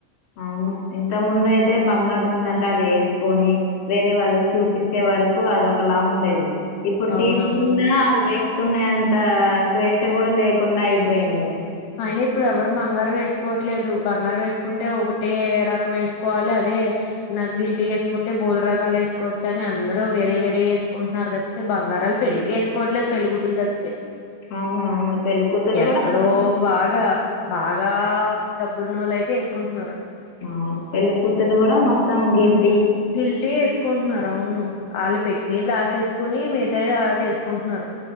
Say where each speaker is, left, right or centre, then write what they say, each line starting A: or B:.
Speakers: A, on the left; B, on the left.
A: అవును ఇంతక ముందు అయితే బంగారం ఉందంటే అది వేసుకొని వేరే వాళ్ళకు చూపిచ్చే వరకు అది ఒకలా ఉండేది ఇప్పుడు
B: అవునవును.
A: తీసుకున్న అది వేస్ కునేంత స్వేచ్ఛ కూడా లేకుండా అయిపోయింది
B: అయినా ఇప్పుడు ఎవరు బంగారం వేసుకోవట్లేదు బంగారు వేసుకుంటే ఒకటే రకం వేసుకోవాలి అదే నా గిల్టీ వేసుకుంటే బోలు రకాలు వేసుకోవచ్చు అని అందరు వేరే వేరే వేసుకుంటున్నారు తప్పితే బంగారాలు పెళ్ళకి వేసుకోవట్లేదు పెళ్లి కుతులు తప్పితే
A: అవునవును పెళ్లికూతులు
B: ఎక్కడో
A: కూడా
B: బాగా బాగా డబ్బునోళ్లు అయితే వేసుకుంటున్నారు
A: అవును పెళ్లి కూతులు కూడా మొత్తం గిల్
B: గిల్టీ వేసుకుంటున్నారు అవును వాళ్ళ పెట్టిని దాసేసుకుని మీ చేసుకుంటున్నారు